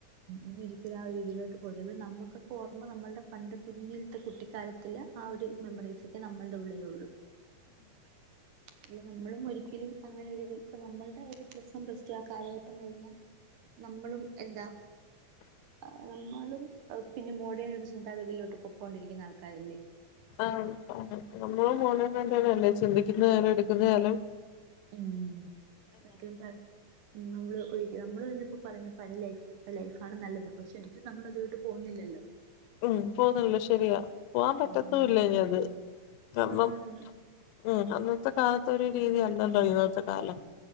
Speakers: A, on the right; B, on the left.
A: ഇനിഒരിക്കലും ആ രീതിയിലോട്ട് പൊതുവേ നമ്മുക്കൊക്കെ ഓർമ്മ നമ്മൾടെ പണ്ട് കുഞ്ഞിൽത്തെ കുട്ടിക്കാലത്തില്ല ആ ഒരു മെമ്മറീസൊക്കെ നമ്മള്ടെ ഉള്ളിലൊള്ളൂ അല്ല നമ്മളും ഒരിക്കലും അങ്ങനെ ഇപ്പ നമ്മൾടെ ഒരു പ്ലസ് വൺ പ്ലസ്ടു ആ കാലഘട്ടം കഴിഞ്ഞാ നമ്മളും എന്താ
B: <inaudible>
A: ആ നമ്മളും പിന്നെ മോഡേൺ ഒരു ചിന്താഗതിയിലോട്ട് പൊക്കൊണ്ടിരിക്കുന്ന ആൾക്കാരല്ലേ
B: ആഹ് നമ്മള മോനെ കണ്ടാലല്ലേ ചിന്തിക്കുന്നതാലും എടുക്കുന്നതാലും
A: ഉം <unintelligible> നമ്മള് ഒഴി നമ്മളൊഴിഞ്ഞപ്പോ പറയുന്ന പഴേ ലൈഫ് ലൈഫാണ് നല്ലത് പക്ഷെ ഒരിക്കും നമ്മളത്ട്ട് പോകുന്നില്ലല്ലോ
B: ഉം പോന്നില്ല ശരിയാ പോവാ പറ്റത്തൂല്ല
A: ഉം
B: ഇനി അത് കാരണം
A: അതാണ്
B: ഉം അന്നത്തെ കാലത്തൊരു രീതിയല്ലല്ലോ ഇന്നത്തെ കാലം